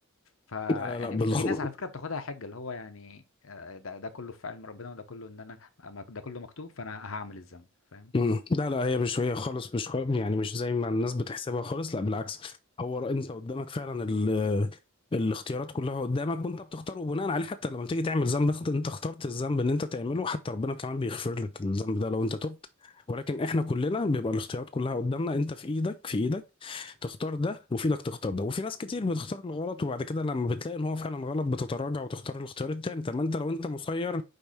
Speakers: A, on the left; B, on the left.
A: ف يعني
B: لا لا لا بالخ...
A: في في ناس على فكره بتاخدها حجه اللي هو يعني آه، ده ده كله في علم ربنا وده كله ان انا ما- ده كله مكتوب فانا هعمل الذنب فاهم
B: مم. لا لا هي مش هي خالص مش خ... يعني مش زي ما الناس بتحسبها خالص لا بالعكس هو رأ- انت قدامك فعلا ال... الاختيارات كلها قدامك وانت بتختار وبناء عليه حتى لما بتيجي تعمل ذنب اخت- انت اخترت الذنب ان انت تعمله حتى ربنا كمان بيغفر لك الذنب ده لو انت تبت ولكن احنا كلنا بيبقى الاختيارات كلها قدامنا انت في ايدك في ايدك تختار ده وفي ايدك تختار ده وفي ناس كتير بتختار الغلط وبعد كده لما بتلاقي ان هو فعلا غلط بتتراجع وتختار الاختيار التاني طب ما انت لو انت مسير